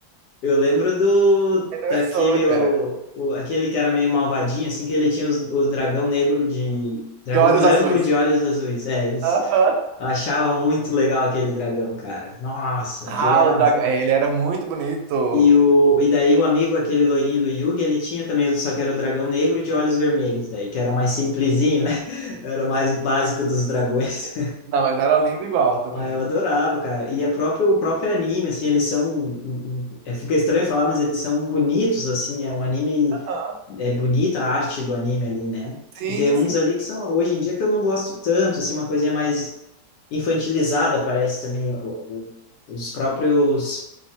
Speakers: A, on the left (about 70°); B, on the right (about 85°).
A: Eu lembro do.
B: Era
A: Daquele.
B: o Exodia.
A: O, o- aquele que era meio malvadinho, assim, que ele tinha os, o dragão negro de. Dragão
B: De olhos
A: branco
B: azuis.
A: de olhos azuis. É, eles
B: Aham.
A: eu achava muito legal aquele dragão, cara. Nossa,
B: Ah,
A: aquele era.
B: o dragão. Ele era muito bonito.
A: E, o, e daí o amigo, aquele loirinho do Yugi, ele tinha também, o- só que era o dragão negro de olhos vermelhos, daí, que era mais simplesinho, né? <laughs> Era o mais básico dos dragões.
B: Não, mas era lindo igual
A: <laughs>
B: também.
A: Mas eu adorava, cara. E a próprio, o próprio anime, assim, eles são. um- um- é, Fica estranho falar, mas eles são bonitos, assim. É um anime.
B: Aham.
A: É bonita a arte do anime ali, né?
B: Sim,
A: E tem uns
B: sim.
A: ali que são, hoje em dia, que eu não gosto tanto, assim, uma coisinha mais infantilizada, parece também. o, o- os próprios